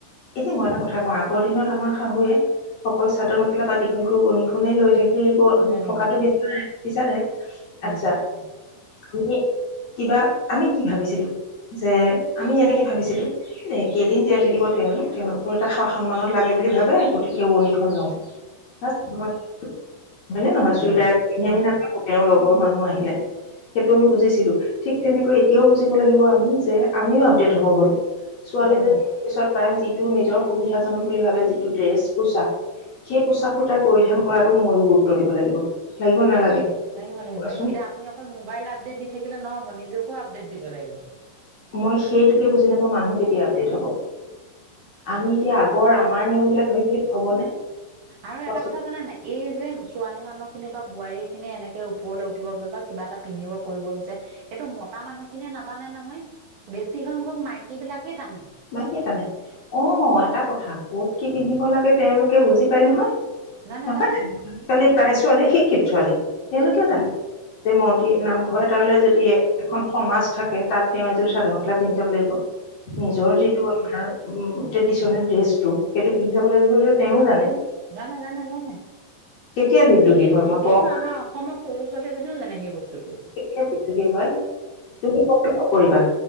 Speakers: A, on the left (about 55°); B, on the right (about 65°).
A: এতিয়া কথা কওঁ, আগৰ দিনত আমাৰ শাহুৱে অকল চাদৰ মেখেলা বা দীঘলকৈ উৰণি লৈ থাকি
B: লাগিলে
A: থকাটো বিচাৰে বিচাৰে। আচ্ছা
B: উম
A: আমিনকিবা আমি কি ভাবিছিলো যে আমি এনেকে ভাবিছিলো দে কেইদিন জীয়াই থাকিব তেওঁলোক তেওঁলোকৰ এটা স-সন্মানত লাগে বুলি ভাবে গতিকে উৰণিখন লওঁ। <unintelligible> হয়নে নহয় চুইদাৰ
B: অ
A: পিন্ধি
B: হয়
A: আমি নাথাকোঁ।
B: হয়
A: তেওঁৰ লগৰ মানুহ আহিলে সেইটো আমি বুজিছিলো। ঠিক তেনেকৈ এতিয়াও বুজিব লাগিব যে আমিও আপডেট হ'ব হ'ল ছোৱালীয়ে
B: হ'ল
A: য
B: হ'ল
A: তাৰ পিছত তাই যিটো নিজৰ সুবিধাজনক বুলি ভাবে যিটো ড্ৰেছ পোছাক সেই পোচাকটো তাই পৰিধান কৰাটো মইও গুৰুত্ব দিব লাগিব। লাগিব
B: লাগিব-লাগিব
A: নালাগে
B: লাগিব-লাগিব।
A: কোৱাচোন
B: এতিয়া আপুনি অকল মোবাইল আপডেট দি থাকিলে নহ'ব নিজকো আপডেট দিব লাগিব।
A: মই সেইটোকে বুজি নাপাওঁ মানুহ কেতিয়া আপডেট হ'ব? আমি এতিয়া আগৰ আমাৰ নিয়ম বিলাক ধৰি থ হ'বনে।
B: আৰু
A: কোৱাচোন
B: এটা কথা জানে নাই, এই যে ছোৱালী মানুহ খিনি বা বোৱাৰী খিনি এনেকে ওপৰলৈ উঠিব বি বা কিবা এটা পিন্ধিব কৰিব বিচাৰে এইটো মতা মানুহ খিনিয়ে নাটানে নহয়। বেছি সংখ্যক মাইকী বিলাকে টানে।
A: মাইকী টানে, অ এটা কথা ক'ত কি পিন্ধিব লাগে তেওঁলোকে বুজি পায় নহয়।
B: জানে
A: নাপায়,
B: জানে
A: আজিকালি প্ৰায় ছোৱালী শিক্ষিত, ছোৱালী তেওঁলোকে
B: ঠিকেই ছোৱালী
A: জানে যে মন্দিৰ নামঘৰ এটালৈ যদি এখন সমাজ থাকে তাত তেওঁ এযোৰ চাদৰ-মেখেলা পিন্ধাব লাগিব। নিৰ
B: উম
A: যিটো আমাৰ ট্ৰেডিচনেল ড্ৰেছটো সেইটো পিন্ধি যাব লাগিব বুলি তেওঁ জানে।
B: জানে-জানে-জানে
A: কেতিয়া বিদ্ৰোহী
B: এসেই
A: হয় মই
B: এইটো
A: কওঁ
B: আমাৰ অসমৰ সৰু ছোৱালী এজনীও জানে সেই বস্তুটো।
A: কেতিয়া বিদ্ৰোহী হয় তুমি অমুকটো নকৰিবা,